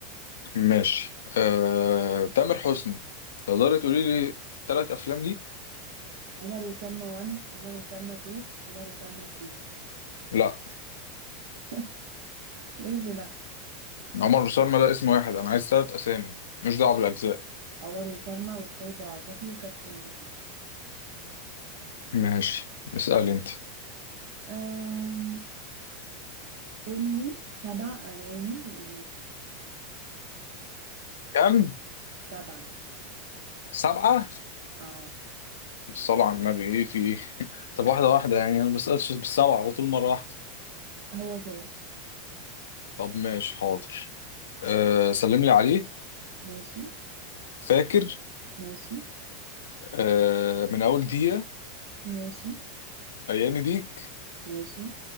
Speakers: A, on the left; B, on the right.
A: ماشي أه... تامر حسني تقدري تقولي لي ثلاث افلام ليه
B: عمر وسلمى 1 عمر وسلمى 2 عمر وسلمى 3
A: لا
B: <laughs> ليه اللي لا
A: عمر وسلمى ده اسم واحد انا عايز ثلاث اسامي مش دعوه بالاجزاء
B: عمر وسلمى والسيد العاطفي وكابتن هيما
A: ماشي اسأل انت
B: أم... قولي سبع أغاني لإليسا
A: كم
B: سبعة
A: سبعة
B: اه
A: بالصلاة على النبي ايه في ايه طب واحدة واحدة يعني انا ما بسألش بالسبعة على طول مرة واحدة
B: هو كده
A: طب ماشي حاضر أه سلم لي عليه
B: ماشي
A: فاكر
B: ماشي
A: أه من أول دقيقة
B: ماشي
A: أيامي بيك
B: ماشي